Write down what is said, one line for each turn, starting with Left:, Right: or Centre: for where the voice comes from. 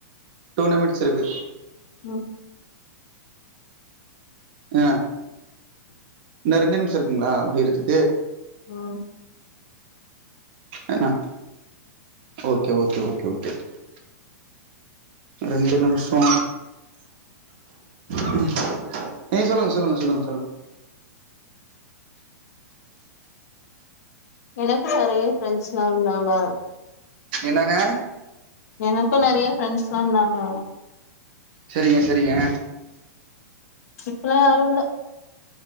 Right: டூ நிமிட்ஸ் இருக்கு.
Left: ம்.
Right: அ இன்னு ரெண்டு நிம்ஷ இருக்குங்ளா முடிறதுக்கு?
Left: ம்.
Right: அ ந okay okay okay okay okay. ரெண்டு நிம்ஷோ. ம் நீங்க சொல்லுங்க சொல்லுங்க சொல்லுங்க சொல்லுங்க.
Left: எனக்கு நெறைய ஃப்ரெண்ஸ்ல்லா இருந்தாங்க.
Right: என்னங்க?
Left: எனக்கு நெறைய ஃப்ரெண்ஸ்லா இந்தாங்க.
Right: செரிங்க செரிங்க.
Left: இப்பலா யாரு இல்ல.